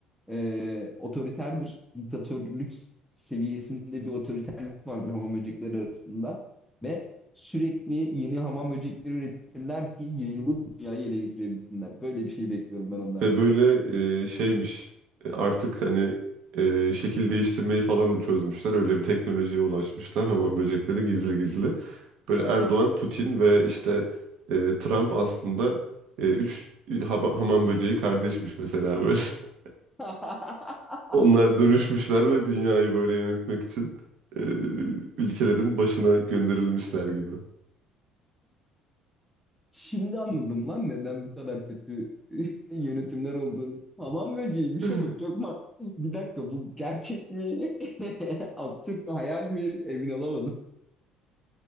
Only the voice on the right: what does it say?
Ve böyle e, şeymiş e, artık hani e, şekil değiştirmeyi falan da çözmüşler. Öyle bir teknolojiye ulaşmışlar hamam böcekleri gizli gizli. Böyle Erdoğan, Putin ve işte e, Trump aslında e, üç e, hama- hamam böceği kardeşmiş mesela böyle. <laughs>
Onlar dönüşmüşler ve dünyayı böyle yönetmek için e, ülkelerin başına gönderilmişler gibi.
<laughs>